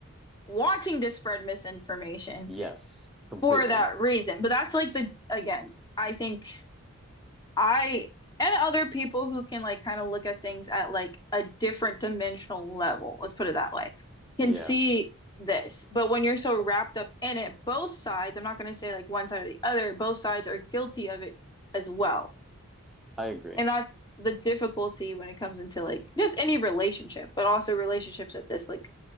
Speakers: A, on the left (about 20°); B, in the centre.
A: wanting to spread misinformation
B: Yes. Completely.
A: for that reason. But that's like the again, I think I and other people who can like kind of look at things at like a different dimensional level, let's put it that way, can
B: Yeah.
A: see this. But when you're so wrapped up in it, both sides, I'm not going to say like one side or the other, both sides are guilty of it as well.
B: I agree.
A: And that's the difficulty when it comes into like just any relationship, but also relationships at this like